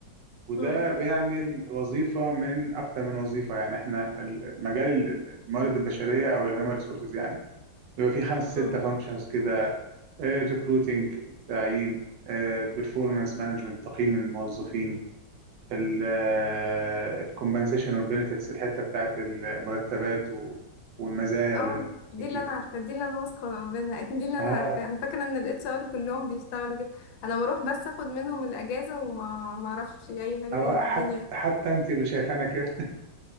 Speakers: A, on the right; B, on the left.
A: وده
B: امم
A: بيعمل وظيفه من اكتر من وظيفه يعني احنا ال- مجال ال- الموارد البشريه او الهيومن ريسورسز يعني بيبقى في خمسة ستة
B: امم
A: فانكشنز كده ريكروتنج التعيين البرفورمانس مانجمنت تقييم الموظفين الكومبنسيشن والبنفيتس الحتة بتاعت المرتبات و- والمزايا
B: اه
A: للموظفين
B: دي اللي انا عارفه دي اللي انا واثقه منها <laughs> دي اللي
A: آه،
B: انا عارفه انا فاكره ان الاتش ار كلهم بيشتغلوا كده انا بروح بس اخد منهم الاجازه وما ما اعرفش اي حاجه
A: هو
B: تاني في
A: حتى
B: الدنيا
A: حتى انت شايفانا كده <laughs>